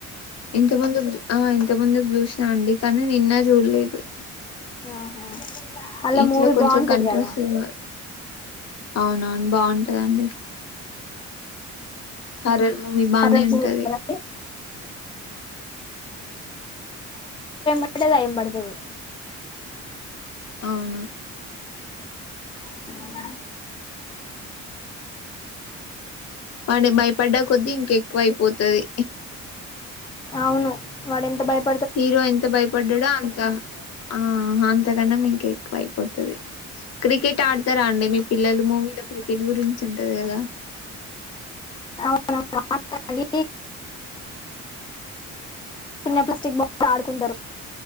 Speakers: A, on the left; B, on the left.
A: ఇంత ముందుకు ఆ ఇంత ముందుకు చూసినా అండి కానీ నిన్న చూడలేదు
B: ఆహా అలా
A: ఇంట్లో
B: మూవీ
A: కొంచెం
B: బాగుంటది
A: కంట్రస్
B: కదా
A: ఏమా అవునవును బాన్ టదండి హార్రర్ మూవీ బానే
B: హర్రర్
A: ఉంటది
B: మూవీ కదా ఒకటే దయ్యం పడుతది
A: అవును
B: సరిపొద్దా
A: పంటే భయపడ్డ కొద్ది కెక్కువ అయిపోతది
B: అవును వాడు ఎంత భయిప్
A: హీరో ఎంత భయపడ్డాడో అన్ త ఆ అంతకన్నా మీక ఎక్కువ అయిపోతది. క్రికెట్ ఆడతారా అండి మీ పిల్లలు మూవీలో క్రి. ఎట్ గురించో టది కదా
B: అవును అండి చిన్న ప్లాస్టిక్ బాక్స్ తో ఆడుకుంటరు